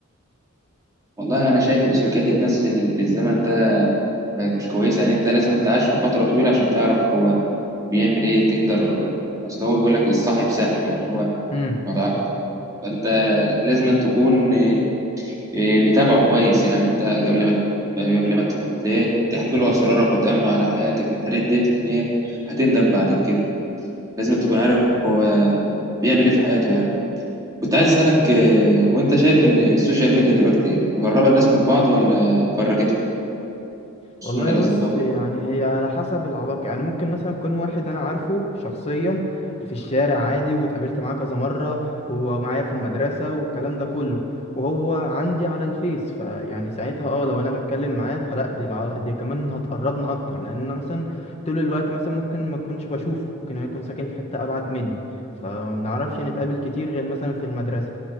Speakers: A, on the right (about 15°); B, on the left (about 30°).
A: والله انا شايف ان سلوكيات الناس ال- في الزمن ده بقت مش كويسه يعني انت لازم انت عايش في فتره طويله عشان تعرف هو بيعمل ايه تقدر اصل هو بيقول لك الصاحب ساحب يعني هو
B: ده
A: ما تعرف فانت لازم أن تكون إيه، متابعه كويس يعني انت قبل ما ما- قبل ما تخ- ت- إيه، تحكي له اسرارك وتامنه على حياتك والحاجات ديت لان هي هتندم بعد كده لازم تكون عارف هو بيعمل ايه في حياته يعني كنت عايز اسالك آه، هو انت شايف ان السوشيال ميديا دلوقتي مقربه الناس من بعض ولا فرجتهم خصوصا
B: والله
A: الاصدقاء
B: بص
A: وكده؟
B: يعني هي على حسب العلاقة يعني ممكن مثلا يكون واحد أنا عارفه شخصيا في الشارع عادي واتقابلت معاه كذا مرة ومعايا في المدرسة والكلام ده كله وهو عندي على الفيس فيعني ساعتها اه لو أنا بتكلم معاه فلا دي الع... دي كمان هتقربنا أكتر لأن أنا مثلا طول الوقت مثلا ممكن ما أكونش بشوفه ممكن هو يكون ساكن في حتة أبعد مني فمنعرفش نتقابل كتير غير مثلا في المدرسة